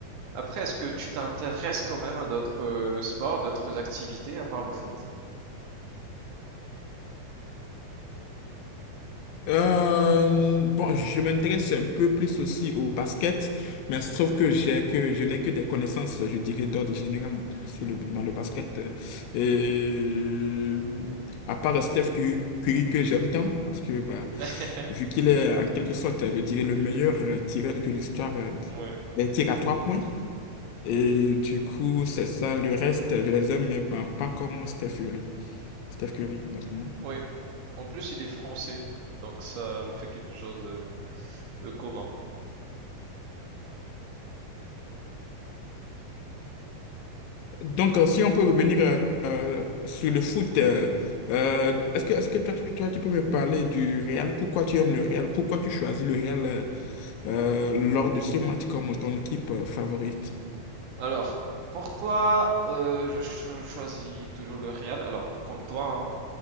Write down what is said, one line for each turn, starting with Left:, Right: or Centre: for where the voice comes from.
Right: Après, est-ce que tu t'intéresses quand même à d'autres euh, sports, d'autres activités à part le foot?
Left: Euh, bon, je m'intéresse un peu plus aussi au basket, mais sauf
Right: Oui.
Left: que j'ai que je n'ai que des connaissances, je dirais, d'ordre général sur le- dans le basket. Et à part Steph Curry, Curry que j'aime tant, parce que bah,
Right: <laughs>
Left: vu qu'il est en quelque sorte, je dirais, le meilleur euh, tireur de l'histoire euh,
Right: Oui.
Left: des tirs à trois points. Et du coup, c'est ça. Le reste, je les aime, mais bah, pas comme Steph Curry. Steph Curry, donc, pour moi.
Right: Oui, en plus il est français, donc ça nous fait quelque chose de, de commun.
Left: Donc, euh, si on peut revenir euh, euh, sur le foot, euh, euh, est-ce que, est-ce que toi, tu, toi, tu peux me parler du Real? Pourquoi tu aimes le Real? Pourquoi tu choisis le Real euh, euh, lors de ce match comme ton équipe euh, favorite?
Right: Alors, pourquoi euh, je cho- choisis toujours le Real? Alors, comme toi, hein,